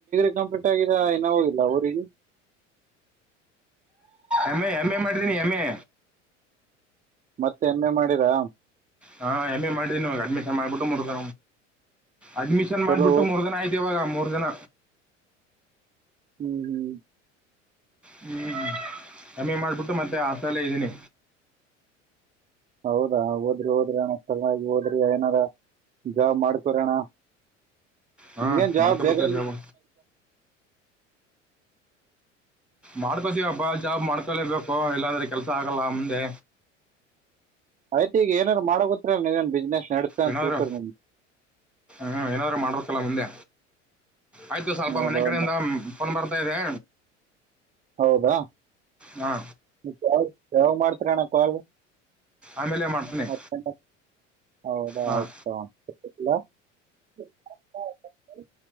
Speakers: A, on the right; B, in the centre.
A: ಇನ್ನ ಬಿಟ್ಟಾಗಿದ್ದ ಇನ ಹೋಗಿಲ್ಲ ಊರಿಗೆ.
B: ಎಮ್ ಎ ಎಮ್ ಎ ಮಾಡಿದ್ದೀನಿ ಎಮ್ ಎ.
A: ಮತ್ತೆ ಎಮ್ ಎ ಮಾಡಿರಾ.
B: ಹಾ ಎಮ್ ಎ ಮಾಡಿದೀನಿವಾಗ ಅಡ್ಮಿಷನ್ ಮಾಡ್ಬಿಟ್ಟು ಮೂರ್ತ ಅಡ್ಮಿಷನ್
A: ಚಲೋ
B: ಮಾಡಿಬಿಟ್ಟು ಮೂರ್ ಜನ ಆಯ್ತು ಇವಾಗ ಮೂರ್ ಜನ.
A: ಹ್ಮ್ ಹ್ಮ್.
B: ಹ್ಮ್ ಕಮ್ಮೆ ಮಾಡ್ಬಿಟ್ಟು ಮತ್ತೆ ಹಾಸನ ಇದ್ದೀನಿ.
A: ಹೌದಾ ಹೋದ್ರಿ ಹೋದ್ರಿಣಲಾಗಿ ಹೋದ್ರಿ ಏನಾರ ಜಾಬಮಾಡ್ಕೊರೋಣ.
B: ಹಾ
A: ನಿ ಜಾವ
B: ಮಾಡ್ಕೋಬೇಕ
A: ಬೇಗ
B: ಜಾಬ್ ಮಾಡ್ಕೊತೀವಬಾ ಜಾಬ್ ಮಾಡ್ಕೊಲೇಬೇಕು ಇಲ್ಲಾಂದ್ರೆ ಕೆಲಸ ಆಗಲ್ಲ ಮುಂದೆ.
A: ಆಯ್ತ ಈಗ ಏನಾದ್ರು ಮಾಡ ಗುತ್ರರ ನೀ ಇದೇನ್ ಬಿಸ್ನೆಸ್. ನಡೀತಾ ಅಂತ
B: ಏನಾದ್ರು
A: ತಿಳ್ಕೊರಿ ನಿಮ್ಗೆ
B: ಹ್ಮ ಏನಾದ್ರು ಮಾಡ್ಬೇಕಲ್ಲ ಮುಂದೆ. ಆಯ್ತು ಸ್ವಲ್ಪ
A: ಹೌದಾ
B: ಮನೆ ಕಡೆಯಿಂದ ಫನ್ ಬರ್ತಾ ಇದೆ
A: ಹೌದಾ
B: ಹಾ
A: ಕಾಲ್ ಯಾವ ಮಾಡ್ತರಣ ಕಾಲ್
B: ಆಮೇಲೆ ಮಾಡ್ತೀನಿ
A: ಮತ್ತ ಹೌದಾ
B: ಹಾ
A: ಆಯ್ತು ಇಡ್ಲಾ. <unintelligible>